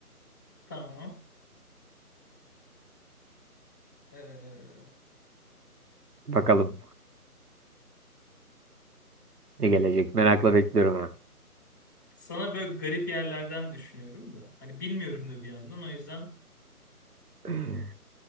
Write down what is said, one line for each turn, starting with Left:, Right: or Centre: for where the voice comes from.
Centre: Tamam. Ee,
Right: Bakalım ne gelecek. Merakla bekliyorum ha.
Centre: sana böyle garip yerlerden düşünüyorum da. Hani bilmiyorum da bir yandan o yüzden.
Right: <laughs>